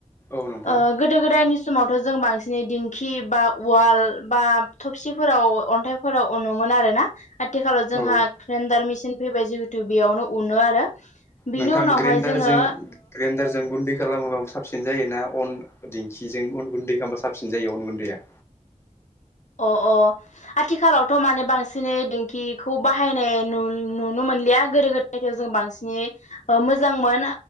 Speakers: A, on the left (about 20°); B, on the left (about 65°).
A: औ नोंथां
B: ओ गोदो गोदायनि समावथ' जों बांसिनै दिंखि बा उवाल बा थबसिफो राव अन्थाइफोराव उनोमोन आरो ना आथिखालाव जोंहा
A: औ
B: ग्रेन्डार मेसिन फैबाय जिहेतु बेयावनो उनो आरो बेनि
A: नोंथां
B: उनावहाय
A: ग्रेडारजों
B: जोङो
A: ग्रेडारजों गुन्दै खालामोबा साबसिन जायोना अन दिंखिजों अन गुन्दै खालामबा साबसिन जायो अन गुन्दैया
B: अ अ आथिखालावथ' माने बांसिनै दिेंखिखौ बाहायनाय नुनो मो मोनलिया गोदो गोदायथायाइाव जों बांसिनै मोजांमोन